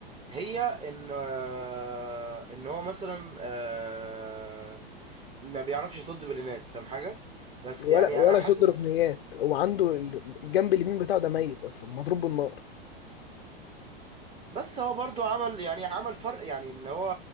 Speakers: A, on the right; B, on the left.
A: هي ان آه، ان هو مثلا آه، ما بيعرفش يصد بلينات فاهم حاجه بس
B: ولا
A: يعني
B: ولا
A: انا حاسس
B: شد ركنيات هو عنده ال- الجنب اليمين بتاعه ده ميت اصلا مضروب بالنار
A: بس هو برضو عمل يعني عمل فرق يعني اللي هو